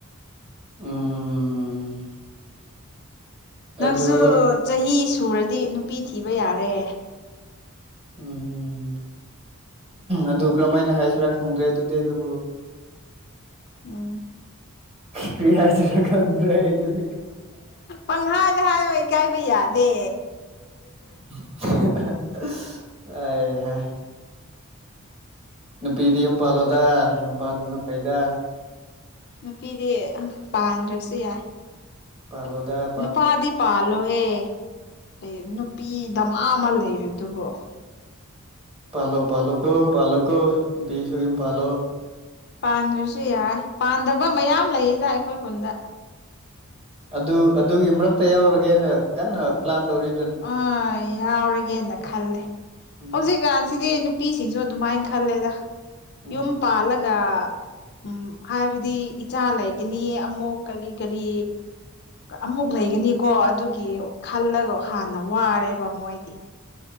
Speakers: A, on the right; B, on the left.
A: ꯎꯝ ꯑꯗꯨ
B: ꯅꯪꯁꯨ ꯆꯍꯤ ꯁꯨꯔꯗꯤ ꯅꯨꯄꯤ ꯊꯤꯕ ꯌꯥꯔꯦ꯫
A: ꯎꯝ ꯑꯗꯨ ꯀꯔꯝꯍꯥꯏꯅ ꯍꯥꯏꯁꯤꯔꯥ ꯈꯪꯗ꯭ꯔꯦ ꯑꯗꯨꯗꯤ ꯑꯗꯨꯕꯨ
B: ꯎꯝ
A: ꯀꯔꯤ ꯍꯥꯏꯁꯤꯔ ꯗꯨꯗꯤ
B: ꯄꯪꯍꯥꯏꯗ ꯍꯥꯏꯌꯣ ꯏꯀꯥꯏꯕ ꯌꯥꯗꯦ꯫
A: <unintelligible> ꯅꯨꯄꯤꯗꯤ ꯌꯨꯝ ꯄꯥꯜꯂꯣꯗ ꯌꯨꯝ ꯄꯥꯟꯕꯅ ꯐꯩꯗ
B: ꯅꯨꯄꯤꯗꯤ ꯄꯥꯟꯗ꯭ꯔꯁꯨ ꯌꯥꯏ
A: ꯄꯜꯂꯣꯗ
B: ꯅꯨꯄꯥꯥꯗꯤ ꯄꯥꯜꯂꯣ ꯍꯦ꯫ ꯀꯩ ꯅꯨꯄꯤ ꯗꯃ ꯑꯃ ꯂꯩꯔꯗꯨꯕꯣ
A: ꯄꯥꯜꯂꯣ ꯄꯥꯜꯂꯣ ꯀꯣ ꯄꯥꯜꯂꯣ ꯀꯣ ꯅꯨꯄꯤꯁꯨ ꯌꯨꯝ ꯄꯥꯜꯂꯣ꯫
B: ꯄꯥꯟꯗ꯭ꯔꯁꯨ ꯌꯥꯏ ꯄꯥꯟꯗꯕ ꯃꯌꯥꯝ ꯂꯩꯌꯦꯗ ꯑꯩꯈꯣꯏ ꯈꯨꯟꯗ
A: ꯑꯗꯨ ꯑꯗꯨꯒꯤ ꯃꯔꯛꯇ ꯌꯥꯎꯔꯒꯦꯅ ꯀꯟꯅ ꯄ꯭ꯂꯥꯟ ꯇꯧꯔꯤ
B: ꯑ ꯌꯥꯎꯔꯒꯦꯅ ꯈꯜꯂꯦ
A: ꯎꯝ
B: ꯍꯧꯖꯤꯛꯀꯥꯟꯁꯤꯗꯤ ꯅꯨꯞ ꯅꯨꯄꯤꯁꯤꯡꯁꯨ ꯑꯗꯨꯃꯥꯏꯅ ꯈꯜꯂꯦꯗ
A: ꯎꯝ
B: ꯌꯨꯝ ꯄꯥꯜꯂꯒ ꯎꯝ ꯍꯥꯏꯕꯗꯤ ꯏꯆꯥ ꯂꯩꯒꯅꯤ ꯑꯃꯨꯛ ꯀꯔꯤ ꯀꯔꯤ ꯑꯃꯨꯛ ꯂꯩꯒꯅꯤꯀꯣ ꯑꯗꯨꯒꯤ ꯈꯜꯂꯒ ꯍꯥꯟꯅ ꯋꯥꯔꯦꯕ ꯃꯣꯏꯗꯤ꯫